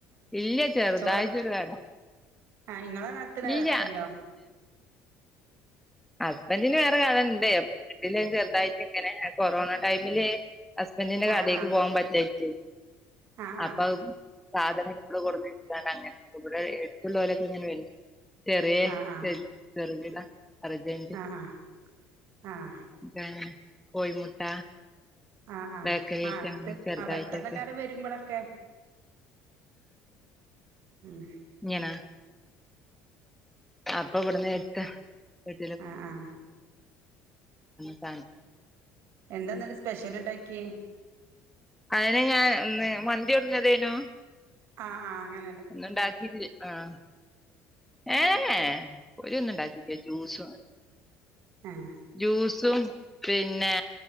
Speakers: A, in the centre; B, on the right.
A: ഇല്ല ചെറുതായിട്ടൊരു
B: ചോറൊ
A: കട
B: ആഹ് ങ്ങള നടത്ത്ണ അതോ
A: ഇല്ല
B: ഹസ്ബൻഡോ
A: ഹസ്ബന്റിന് വേറെ കാണല്ണ്ടേ അപ്പ വീട്ടില ചെറുതായിട്ട് ഇങ്ങനെ കൊറോണ ടൈമില് ഹസ്ബന്റിന്റെ കടേക്ക്
B: ആഹ് ആഹ്
A: പോകാൻ പറ്റാഞ്ഞിട്ടേ
B: ആഹ് ആഹ്
A: അപ്പൊ സാധനൊക്കെ ഇമ്മടെ കൊടുന്ന വച്ചിട്ടണ്ട് അങ്ങനെ നവിടെ എടുത്തുള്ള പോലൊക്കെ ഇങ്ങനെ വ ചെറിയേ
B: ആഹ്
A: ശെരി ചെറവില അർജന്റി
B: ആഹ് ആഹ് ആഹ്
A: <inaudible> കോഴിമുട്ട
B: ആഹ് ആഹ്
A: ബേക്കറി ആയിട്ട്
B: ആഹ് അടുത്ത്
A: അങ്ങനെ ചെറുതായിട്ടൊക്കെ
B: ആഹ് പെട്ടെന്നൊക്കെ ആരേം വരുമ്പോഴൊക്കെ ഉം
A: ങ്ങനെ? അപ്പ ഇവിടന്ന് എത്ത എ
B: ആഹ് ആഹ്
A: സ
B: എന്താന്നാല സ്പെഷ്യൽ ഇണ്ടാക്കി
A: അതിെ ഞാൻ മന്തി ഉടഞ്ഞതേനോ
B: ആഹ് ആഹ് അങ്ങനെ
A: ഇന്ന്ണ്ടാക്കില്ലേ? ആഹ് ഏഹ് ഹേ പൊരി ഒന്നും ഇണ്ടാക്കിട്ടി ജ്യൂസും
B: ആഹ്
A: ജ്യൂസും പിന്നെ